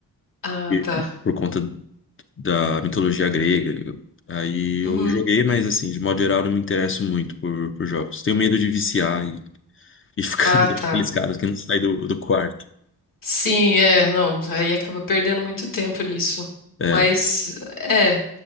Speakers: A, on the left; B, on the left.
A: Ah,
B: E
A: tá.
B: por conta da mitologia grega. Aí
A: Uhum.
B: eu joguei, mas assim, de modo geral, eu não me interesso muito por, por jogos. Tenho medo de viciar e, e ficar
A: Ah,
B: <laughs> igual
A: tá.
B: aqueles caras que não saem do, do quarto.
A: Sim, é, não, aí acaba perdendo muito tempo nisso.
B: É.
A: Mas, é.